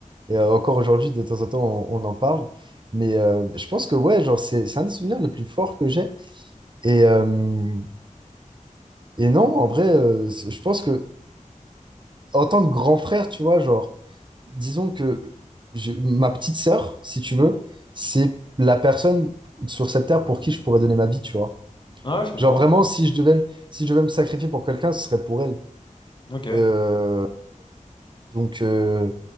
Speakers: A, on the right; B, on the left.
A: Et euh, encore aujourd'hui, de temps en temps, on, on en parle. Mais euh, je pense que, ouais, genre, c'est, c'est un des souvenirs les plus forts que j'ai. Et, euh, et non, en vrai, euh, c'est- je pense que, en tant que grand frère, tu vois, genre, disons que je- ma petite sœur, si tu veux, c'est la personne sur cette terre pour qui je pourrais donner ma vie, tu vois.
B: Ouais, je comprends.
A: Genre vraiment, si je devais, me- si je devais me sacrifier pour quelqu'un, ce serait pour elle.
B: Ok.
A: Euh, donc, euh,